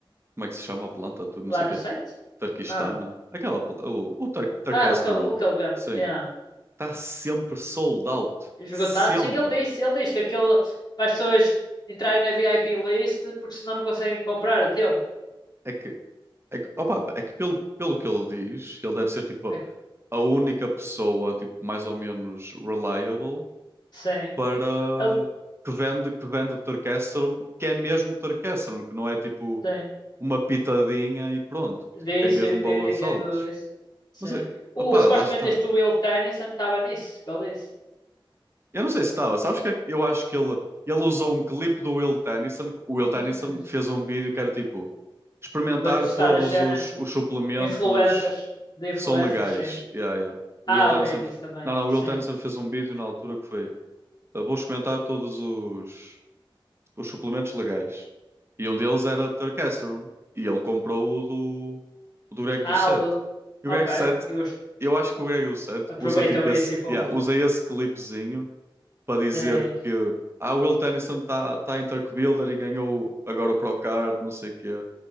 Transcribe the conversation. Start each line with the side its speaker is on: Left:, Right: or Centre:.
Right: como é que se chama a planta? Tudo
Left: Lá
Right: música
Left: no site?
Right: turquistana.
Left: Ah,
Right: Aquela. pl- O, o Turk, Turkasteron.
Left: ah o que ele, o que ele vende.
Right: Sim.
Left: Yeah.
Right: Está sempre sold out.
Left: Esgotado,
Right: Sempre.
Left: sim, ele disse, ele diz que aquele para as pessoas entrarem na VIP list porque senão não conseguem comprar a tempo.
Right: É que. É que, opa, é que pelo, pelo que ele diz, ele deve ser tipo
Left: A-
Right: a única pessoa, tipo, mais ou menos reliable
Left: Sim.
Right: para
Left: Ele,
Right: que vende, que vende Turkasteron, que é mesmo Turkasteron, que não é tipo
Left: sim.
Right: uma pitadinha e pronto,
Left: de
Right: tipo, tem
Left: sobrevivência
Right: mesmo valores altos.
Left: a tudo isso. Sim.
Right: Mas, eh,
Left: Uh,
Right: opá,
Left: supostamente
Right: lá está.
Left: este Will Tennyson estava nisso, que ele disse.
Right: Eu não sei se estava, sabes que é que eu acho que ele, ele usou um clipe do Will Tennyson, que o Will
Left: Hum,
Right: Tennyson fez um vídeo que era tipo, experimentar
Left: vais testar
Right: todos
Left: as cenas.
Right: os, os suplementos
Left: Influencers. De influencers,
Right: que são legais.
Left: sim.
Right: Yeah, yeah.
Left: Ah,
Right: O Will Tennyson,
Left: ok, disse também.
Right: não, não,
Left: Sim.
Right: o Will Tennyson fez um vídeo na altura que foi, "Eu vou experimentar todos os, os suplementos legais. E um deles era Tercasterone. E ele comprou o do, o do Greg
Left: Ah,
Right: do Set.
Left: o do...
Right: E
Left: Ok,
Right: o Greg do Set
Left: eu gosto.
Right: eu acho que o Greg Lucete
Left: Aproveitou
Right: usa tipo esse,
Left: isso e pum.
Right: yeah, usa esse clipezinho para dizer
Left: Sim.
Right: que ah, o Will Tennyson está tá tá em Turk Builder e ganhou agora o Procard, não sei o quê.